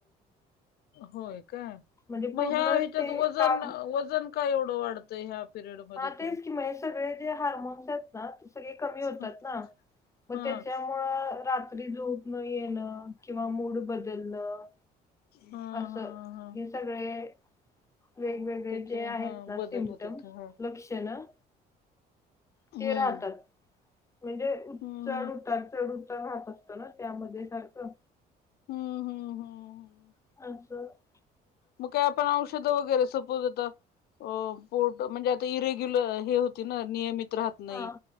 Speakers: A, on the left (about 70°); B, on the left (about 20°).
A: होय का!
B: म्हणजे
A: मग
B: पूर्णच
A: ह्या ह्याच्यात
B: ते
A: वजन
B: काम
A: वजन का एवढं वाढतंय ह्या? पिरियड मध्ये
B: हां तेच
A: खरं?
B: की मग हे सगळे जे हार्मोन्स आहेत ना ते सगळे कमी होतात
A: हा
B: ना. मग
A: हा
B: त्याच्यामुळं रात्री झोप न येणं किंवा मूड बदलणं
A: हा
B: असं
A: हा
B: हे सगळे वेगवेगळे
A: त्याचे
B: जे आहेत
A: हा
B: ना
A: बदल
B: सिम्टम्स
A: होतेत हा.
B: लक्षणं
A: हम्म.
B: ते राहतात म्हणजे
A: हम्म.
B: चढ-उतार चढ-उतार राहत असतं ना त्यामध्ये सारखं.
A: हम हम हम.
B: अस
A: मग काय आपण औषधं वगैरे सपोज आता अ पोट म्हणजे आता इरेग्युलर हे होती ना नियमित राहत नाही
B: हा